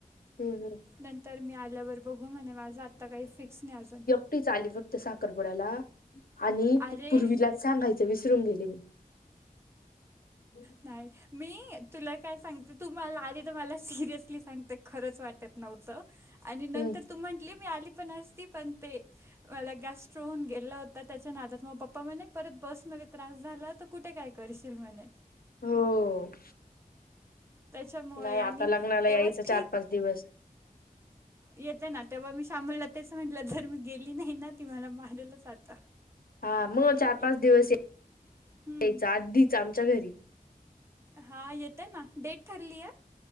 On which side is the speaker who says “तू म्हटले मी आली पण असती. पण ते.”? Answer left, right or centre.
Right